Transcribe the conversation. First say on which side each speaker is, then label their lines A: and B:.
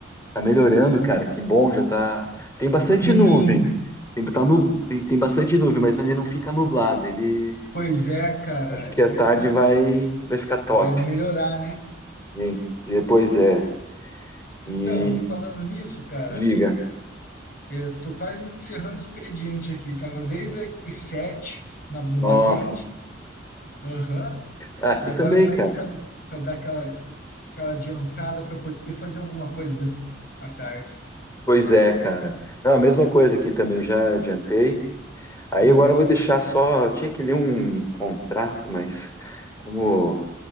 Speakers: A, on the left (about 15°); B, on the left (about 55°).
A: tá melhorando, cara. Que bom, já tá. Tem bastante
B: Sim,
A: nuvem. Tem, tá nu... tem, tem bastante nuvem, mas ele não fica nublado. Ele
B: pois é, cara.
A: acho que à
B: É Isso
A: tarde
B: que eu-
A: vai vai ficar top.
B: vai melhorar, né?
A: E Depois é.
B: Então,
A: E
B: falando nisso, cara,
A: diga.
B: eu tô quase encerrando o expediente aqui. Tava desde as sete na- no
A: Nossa.
B: batente. Aham.
A: Ah, aqui
B: E agora,
A: também,
B: mas
A: cara.
B: sabe, para dar aquela, aquela adiantada para poder fazer alguma coisa à tarde.
A: Pois é, cara. Não, a mesma coisa aqui também já adiantei. Aí
B: Aham.
A: agora eu vou deixar só. Eu tinha que ler um contrato, mas como